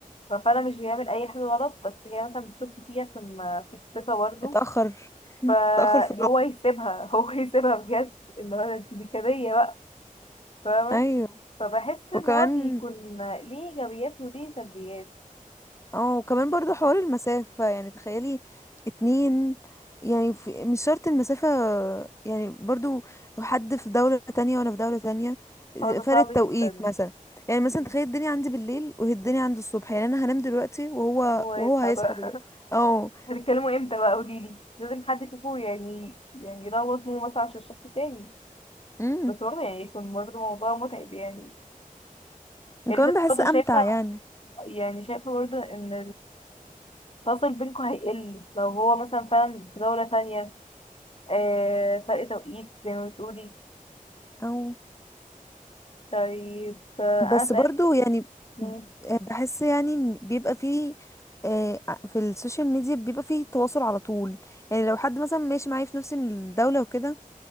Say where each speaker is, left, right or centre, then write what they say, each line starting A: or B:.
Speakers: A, on the left; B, on the left.
A: ففعلا مش بيعمل أي حاجة غلط بس هي مثلا بتشك فيه عشان ما فيش ثقة برضه
B: اتأخر <laughs>
A: فهو
B: اتأخر في الرد
A: يسيبها <laughs> هو يسيبها بجد اللي هو انتي دي كدية بقى فاهمة
B: ايوه
A: فبحس ان
B: وكمان
A: هو بيكون ليه ايجابيات وليه سلبيات
B: اه وكمان برضو حوار المسافة يعني تخيلي اتنين يعني في مش شرط المسافة يعني برضو لو حد في دولة تانية وانا في دولة تانية
A: هو ده
B: فرق
A: صعب
B: التوقيت
A: جدا
B: مثلا يعني
A: مم.
B: مثلا تخيل الدنيا عندي بالليل وهي الدنيا عنده الصبح يعني انا هنام دلوقتي وهو
A: هو يصحى
B: وهو هيصحى
A: بقى
B: دلوقتي اه
A: <laughs> هتتكلموا امتى بقى قوليلي لازم حد فيكم يعني يعني يروض مو مثلا عشان الشخص التاني
B: امم
A: بس برضه يعني يكون برضه موضوع متعب يعني
B: وكمان
A: يعني كانت
B: بحس
A: برضه
B: امتع
A: شايفة
B: يعني
A: يعني شايفة برضه ان التواصل بينكم هيقل لو هو مثلا فعلا في دولة تانية آه فرق توقيت زي ما بتقولي
B: او
A: طيب آه
B: بس
A: انا
B: برضو يعني
A: اسأل
B: بحس يعني ان بيبقى فيه آه، في السوشيال ميديا بيبقى فيه تواصل على طول يعني لو حد مثلا ماشي معايا في نفس الدولة وكده